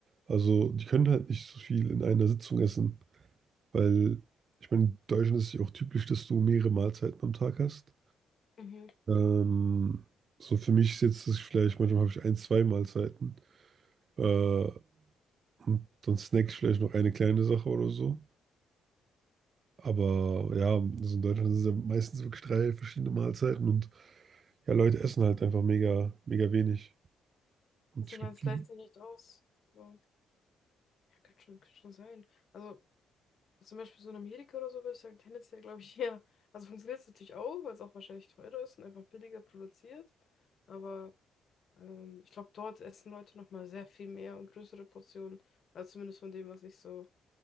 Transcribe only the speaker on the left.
Mhm.
Also
du
meinst,
gleicht sich nicht aus. So. Ja, kann schon, kann schon sein. Also zum Beispiel so in Amerika oder so würde ich sagen, tendenziell glaube ich, <laughs> ja. Also funktioniert es natürlich auch, weil es auch wahrscheinlich teurer ist und einfach billiger produziert. Aber Ähm, ich glaube, dort essen Leute nochmal sehr viel mehr und größere Portionen, als zumindest von dem, was ich so